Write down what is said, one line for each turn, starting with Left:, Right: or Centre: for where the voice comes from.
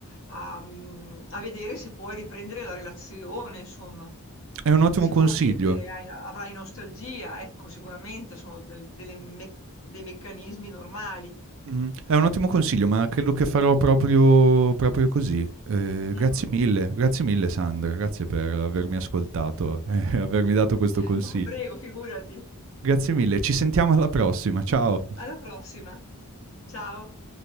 Left: a, mm, a vedere se puoi riprendere la relazione, insomma.
Right: È un ottimo
Left: Sicuramente
Right: consiglio.
Left: hai- avrai nostalgia, ecco, sicuramente sono del- delle me- dei meccanismi normali.
Right: Mh-mh. È un ottimo consiglio, ma credo che farò proprio proprio così. Ehm,
Left: Mm.
Right: grazie mille, grazie mille Sandra, grazie per avermi ascoltato e <laughs> avermi dato questo
Left: <laughs>
Right: consiglio.
Left: Prego, figurati.
Right: Grazie mille, ci sentiamo alla prossima, ciao.
Left: Alla prossima. Ciao.